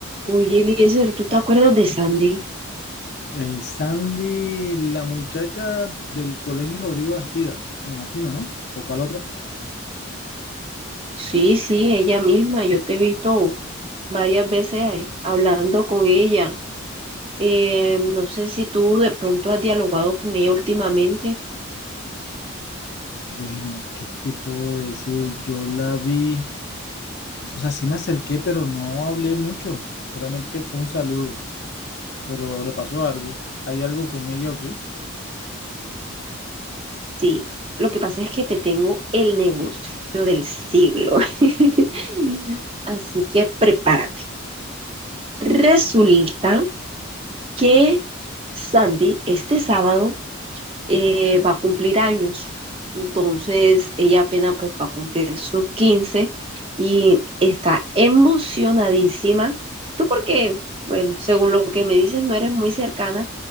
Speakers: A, on the right; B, on the left.
A: Oye, Eliezer, ¿tú te acuerdas de Sandy?
B: Eh, Sandy, la muchacha del Colegio Rodrigo Bastida, me imagino, ¿no? ¿O cuál otra?
A: Sí, sí, ella misma. Yo te he visto varias veces eh, hablando con ella. Eh, no sé si tú de pronto has dialogado con ella últimamente.
B: Bueno, ¿qué te puedo decir? Yo la vi, o sea, sí me acerqué, pero no hablé mucho, solamente fue un saludo, pero le pasó algo. ¿Hay algo con ella o qué?
A: Sí, lo que pasa es que te tengo el negocio del siglo. <laughs> Así que prepárate. Resulta que Sandy este sábado eh, va a cumplir años. Entonces, ella apenas pues va a cumplir sus 15 y está emocionadísima. Tú porque, bueno, según lo que me dices, no eres muy cercana,